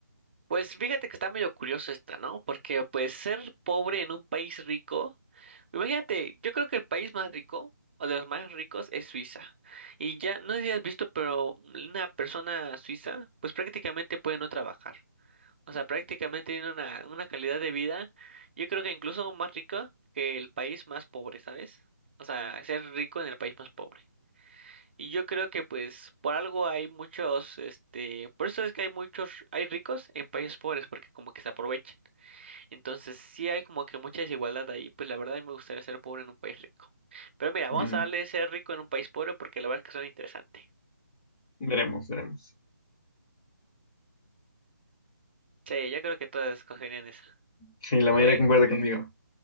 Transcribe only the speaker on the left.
Mm,
veremos, veremos.
Sí, la mayoría
concuerda Sí. conmigo.